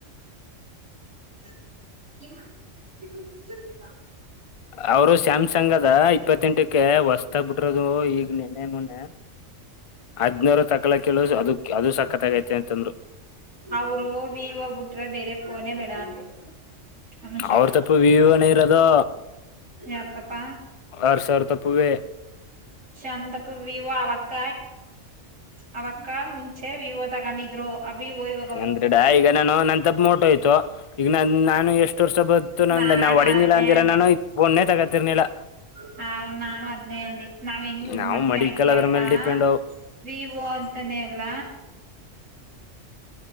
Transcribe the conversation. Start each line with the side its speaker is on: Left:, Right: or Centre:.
Right: <unintelligible>
Left: ಅವರು ಸ್ಯಾಮ್ಸಂಗ್ ಅದ ಇಪ್ಪತ್ತೆಂಟಕ್ಕೆ ಹೊಸ್ತ ಬಿಡ್ರದು ಈಗ ನೆನ್ನೆ ಮೊನ್ನೆ. ಹದ್ನೂರು ತಕ್ಕಲಕ್ ಹೇಳು ಅದಕ್ ಅದು ಸಕ್ಕತ್ತಾಗೈತೆ ಅಂತಂದ್ರು.
Right: ಅವರು ವಿವೋ ಬಿಟ್ರೆ ಬೇರೆ ಫೋನೇ ಬೇಡ ಅಂದ್ರು ಅನುಷಕ
Left: ಅವ್ರ ತಪ್ಪು ವಿವೊನ್ ಇರೋದು.
Right: ಯಾರತಪ್ಪ.
Left: ಅವ್ರ ಸಾವಿರ ತಪ್ಪುವೇ
Right: ಅಂತಪ್ಪ ವಿವೋ ಅವಕ್ಕ ಅವಕ್ಕ ಮುಂಚೆ ವಿವೋ ತಗೊಂಡಿದ್ರು ಅ ವಿವೊ ಈವಾಗ
Left: ಅಂದ್ರೆಡ ಈಗ ನಾನು ನನ್ ತಪ್ಪ ಮೋಟೋ ಇತ್ತು ಈಗ ನಾನು ಎಷ್ಟು ವರ್ಷ. ಇ ನ
Right: ನಾನು
Left: ನಾ ಹೊಡಿನಿಲ್ಲ
Right: ಅದ್ನೇ
Left: ಅಂದಿರ ನಾನು ಫೋನೇ ತಗೋತಿರ್ನಿಲ್ಲ.
Right: ಹ ನಾನು ಅದ್ನೇ ಅಂದಿ ನಾವ್ ಹೆಂಗ್ ಯೂಸ್
Left: ನಾವು
Right: ಮಾಡ್ತೀವಿ
Left: ಮಡಿಕಲ್
Right: ಹಂಗೆ
Left: ಅದ್ರ
Right: ಅಕ್ಕಾ.
Left: ಮೇಲೆ ಡಿಪೆಂಡ್
Right: ವಿವೋ ಅಂತಾನೇ ಎಲ್ಲ.